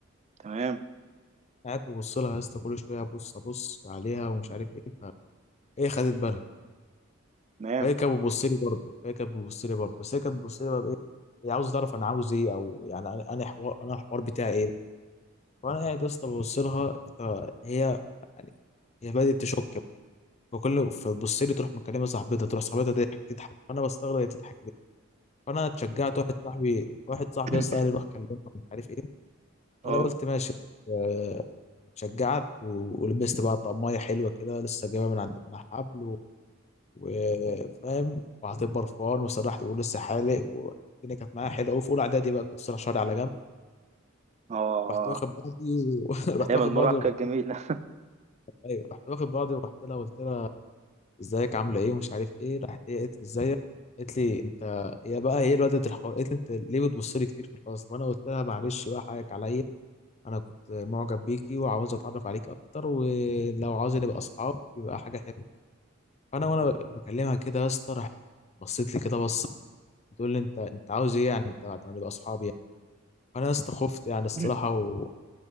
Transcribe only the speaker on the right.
تمام
تمام
<laughs>
اه
اه
ايام
المراهقه
الجميله
<laughs>